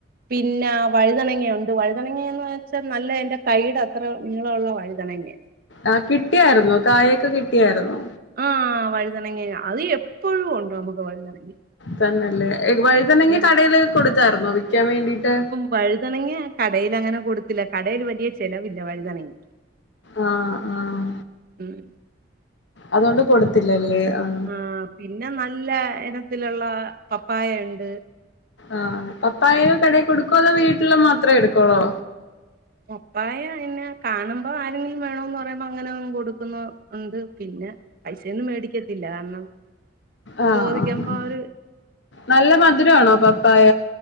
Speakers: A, on the right; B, on the left.
A: പിന്നെ വഴുതനങ്ങയുണ്ട് വഴുതനങ്ങന്ന് വെച്ചാൽ നല്ല എന്റെ കൈയുടെ അത്ര നിങ്ങളുള്ള വഴുതനങ്ങ.
B: ആ കിട്ടിയായിുന്നോ കായൊക്കെ കിട്ടിയായിുന്നോ.
A: ആഹ വഴുതനങ്ങി അത് എപ്പോഴും ഉണ്ടാക്കും നമുക്ക് വഴുതനങ്ങ..
B: തന്നെയല്ലേ വഴിതനങ്ങ
A: ഉം
B: കടയ്ൽ കൊടുത്തായിരുന്നുോ വിൽക്കാൻ വേണ്ടിട്ട്.
A: വഴുതണങ്ങിയ കടൽ അങ്ങനെ കൊടുത്തില്ല കടയിൽ വലിയ ചെലവില്ല വഴുതനങ്ങ
B: ആഹ ആഹ
A: ഉം
B: അതുകൊണ്ട് കൊടുത്തില്ലല്ലേ ആഹ
A: ആഹ പിന്നെ നല്ല ഇനത്തിലുള്ള പപ്പായ ഉണ്ട്
B: ആഹ പപ്പായ കടയിൽ കൊടുക്കോ അതോ വീട്ടിൽ മാത്രമേ എടുക്കോളോ.
A: പപ്പായ പിന്നെ കാണുമ്പോ ആരെങ്കിലും വേണോന്ന് പറയുമ്പോ അങ്ങനെ കൊടുക്കുന്ന ഉണ്ട് പിന്നെ പൈസയൊന്നും മേടിക്കത്തില്ല കാരണം.
B: ആഹ
A: ചോദിക്കുമ്പോ
B: ആഹ ആ
A: അവര്
B: നല്ല മധുരമാണോ പപ്പായ.